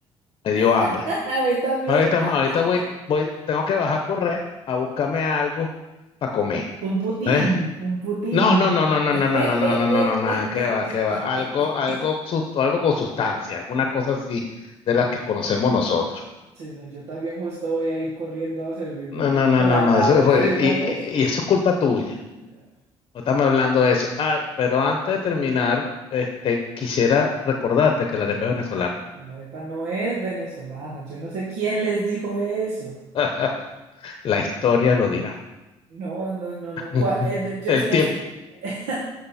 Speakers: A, on the left; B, on the right.
A: me dio hambre.
B: <laughs> A mí también.
A: Ahorita,
B: <laughs>
A: ahorita voy, voy, tengo que bajar a correr a buscarme algo para comer.
B: Un putín,
A: ¿eh?
B: un putín.
A: No, no, no, no, no,
B: <laughs>
A: no, no, no, no, no, no, no, nada, qué va, qué va. Algo, algo, sus- algo con sustancia, alguna cosa así de las que conocemos nosotros.
B: Sí, no, yo también justo voy a ir corriendo a servirme
A: No,
B: un
A: no, no,
B: platado
A: no, no, eso
B: de
A: fue,
B: frijoles.
A: y, y- y eso es culpa tuya.
B: Eh,
A: No estamos hablando de eso. Ah, pero antes de terminar, este, quisiera recordarte que la arepa es venezolana.
B: No, La arepa no es venezolana. Yo no sé quién les dijo eso.
A: <laughs> La historia lo dirá.
B: No, no, no, no.
A: <laughs>
B: cua- eh, eh, yo
A: El
B: es, es-
A: tiempo.
B: <laughs>